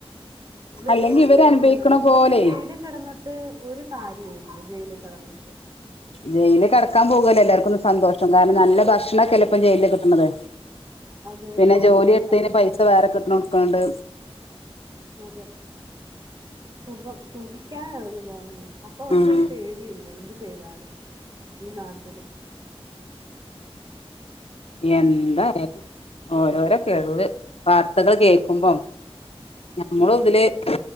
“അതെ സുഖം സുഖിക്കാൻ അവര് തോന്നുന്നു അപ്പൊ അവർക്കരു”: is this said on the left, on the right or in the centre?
Right